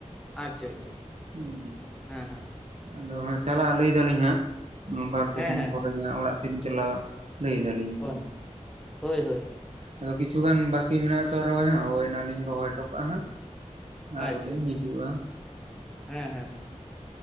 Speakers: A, in the centre; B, on the right.
A: ᱟᱪᱪᱷᱟ ᱟᱪᱪᱷᱟ
B: ᱦᱮᱸ
A: ᱦᱮᱸ ᱦᱮᱸ
B: ᱟᱫᱚ ᱦᱟᱸᱜ ᱪᱟᱞᱟᱜᱼᱟ ᱞᱟᱹᱭ ᱫᱟᱞᱤᱧ ᱦᱟᱸᱜ ᱵᱟᱨᱯᱮ
A: ᱦᱮᱸ
B: ᱫᱤᱱ
A: ᱦᱮᱸ
B: ᱯᱚᱨᱮ ᱜᱮ ᱚᱲᱟᱜ ᱥᱮᱫᱤᱧ ᱪᱟᱞᱟᱜ ᱞᱟᱹᱭ ᱫᱟᱞᱤᱧ᱾
A: ᱦᱮᱸ ᱦᱳᱭ ᱦᱳᱭ ᱦᱳᱭ
B: ᱟᱫᱚ ᱠᱤᱪᱷᱩᱜᱟᱱ ᱵᱟᱹᱠᱤ ᱢᱮᱱᱟᱜ ᱛᱚ ᱨᱚᱦᱚᱭ ᱚᱱᱟᱞᱤᱧ ᱨᱚᱦᱚᱭ ᱦᱚᱴᱚ ᱠᱟᱜᱼᱟ ᱦᱟᱸᱜ,
A: ᱟᱪᱪᱷᱟ
B: ᱟᱨᱚᱞᱤᱧ
A: ᱟᱪᱪᱷᱟ
B: ᱦᱤᱡᱩᱜᱼᱟ᱾
A: ᱦᱮᱸ ᱦᱮᱸ ᱦᱮᱸ